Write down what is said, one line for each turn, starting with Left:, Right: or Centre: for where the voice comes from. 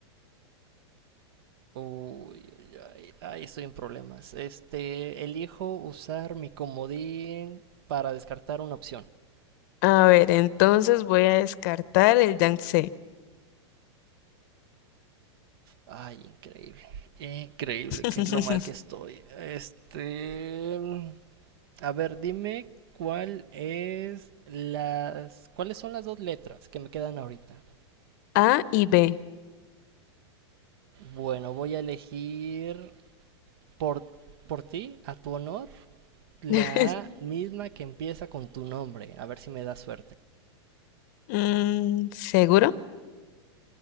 Right: Uy, ay, ay, estoy en problemas. Este, elijo usar mi comodín para descartar una opción.
Left: A ver, entonces voy a descartar el Yangtze.
Right: Ay, increíble. Increíble
Left: <laughs>
Right: que lo mal que estoy. Este, A ver, dime cuál es las, cuáles son las dos letras que me quedan ahorita.
Left: A y B.
Right: Bueno, voy a elegir por, por ti, a tu honor, la
Left: <laughs>
Right: A misma que empieza con tu nombre. A ver si me da suerte.
Left: Mm, ¿seguro?